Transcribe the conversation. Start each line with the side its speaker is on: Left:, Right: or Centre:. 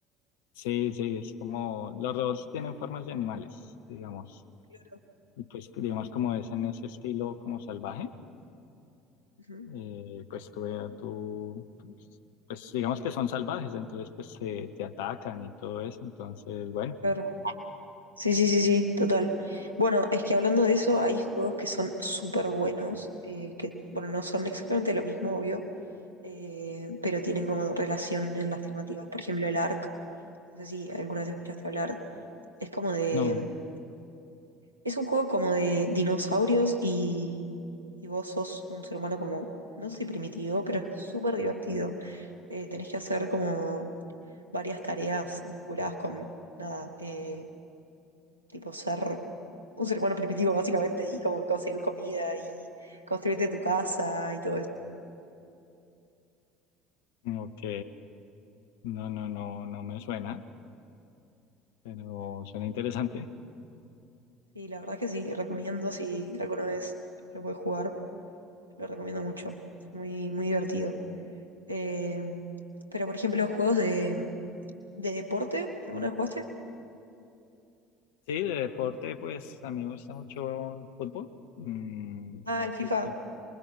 Left: sí, sí, es como los robots tienen formas de animales, digamos.
Right: Claro.
Left: Y pues, digamos, como es en ese estilo como salvaje,
Right: Ujú,
Left: eh, pues tú, tú pues, pues, digamos que son salvajes, entonces pues te, te atacan y todo eso. Entonces, bueno,
Right: Claro. Sí, sí, sí, sí, total. Bueno, es que hablando de eso, hay juegos que son súper buenos, eh, que, bueno, no son exactamente lo mismo, obvio, eh, pero tienen como relación en las temáticas. Por ejemplo, el Ark, no sé si alguna vez escuchaste hablar, es como de,
Left: no,
Right: Es un juego como de dinosaurios y, y vos sos un ser humano como, no sé si primitivo, pero es súper divertido. Eh, tenés que hacer como varias tareas vinculadas con, nada, eh, tipo ser un ser humano primitivo básicamente y como conseguir comida y construirte tu casa y todo eso.
Left: ok, No, no, no, no me suena, pero suena interesante.
Right: Y la verdad es que sí, recomiendo si alguna vez lo puedes jugar, lo recomiendo mucho. Es muy, muy divertido. Eh, pero por ejemplo, juegos de, de deporte, ¿alguna vez jugaste?
Left: Sí, de deporte, pues a mí me gusta mucho el fútbol. Mm, Entonces,
Right: Ah, el FIFA.
Left: sí.